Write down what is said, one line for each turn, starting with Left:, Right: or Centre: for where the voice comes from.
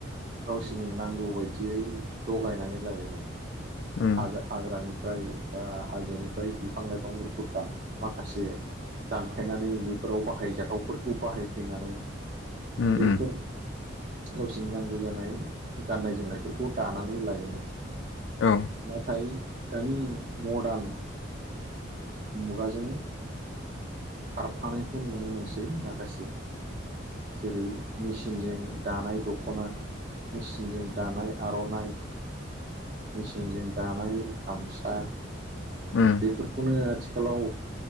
Right: गावसिनि नांगौ बायदियै जगायनानै लायोमोन।
Left: उम
Right: हाजो हाग्रानिफ्राय बा हाजोनिफ्राय बिफां लाइफां गुरफुर दां माखासे दानफायनानै बेफोराव बाहायजाथावफोरखौ बाहायफैनानै
Left: उम औ उम
Right: बैफोर
Left: उम
Right: गावसिनि नांगौ जानाय गाननाय जोमनायफोरखौ दानानै लायोमोन।
Left: औ।
Right: नाथाय दानि मडारन मुगाजों। खारफानायखौ नुनो मोनसै माखासे जेरै मेचिनजों दानाय दख'ना। मेचिनजों दानाय आर'नाइ मेचिनजों दानाय गामसा
Left: उम
Right: बेफोरखौनो आथिखालाव